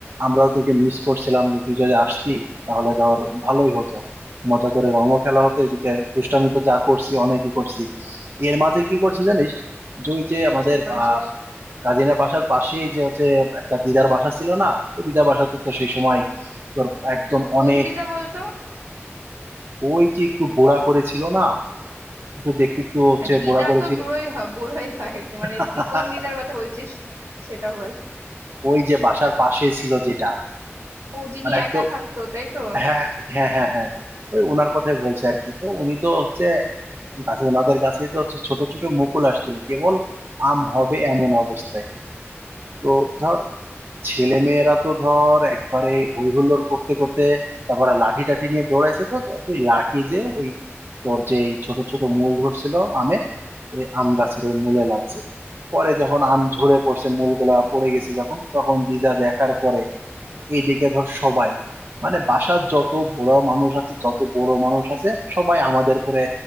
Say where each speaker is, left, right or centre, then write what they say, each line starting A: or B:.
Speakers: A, on the right; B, on the right.
A: আমরাও তোকে মিস করছিলাম যে তুই যদি আসতি তাহলে ধর ভালোই হতো মজা করে রঙও খেলা হতো এদিকে দুষ্টামি তো যা করছি অনেকই করছি এর মাঝে কি করছি জানিস যে ওই যে আমাদের
B: কি করেছিস
A: আহ কাজিনা বাসার পাশেই যে হচ্ছে একটা দিদার বাসা ছিল না তো দিদার বাসা তো তো সেই সময় তোর একদম
B: কোন
A: অনেক
B: দিদা বলতো
A: ওই যে একটু বোড়া করেছিল না একটু দেখতে একটু হচ্ছে
B: আর দিদা
A: বোড়া করেছিল
B: তো বুড়োই হয় বুড়োই হয় কি
A: <laughs>
B: মানে দি- কোন দিদার কথা বলছিস সেটা বল
A: ওই যে বাসার পাশে ছিল যেটা
B: ও যিনি
A: মানে একদম
B: একা থাকতো তাই তো
A: হ্যাঁ হ্যাঁ হ্যাঁ হ্যাঁ ওই ওনার কথাই বলছে আর কি তো উনি তো হচ্ছে গাছে ওনাদের গাছে তো হচ্ছে ছোট ছোট মুকুল আসছিল কেবল আম হবে এমন অবস্থায় তো ধর ছেলে মেয়েরা তো ধর একবারে হই হুল্লোড় করতে করতে তারপরে লাঠি টাঠি নিয়ে দৌড়াইছে তো তো ওই লাঠি যে ওই তোর যে এই ছোট ছোট মূল ধরছিল আমের ওই আম গাছের ওই মূলে লাগছে পরে যখন আম ঝরে পড়ছে মূলগুলা পড়ে গেছে যখন তখন দিদা দেখার পরে এইদিকে ধর সবাই মানে বাসার যত বড় মানুষ আছে যত বড় মানুষ আছে সবাই আমাদের উপরে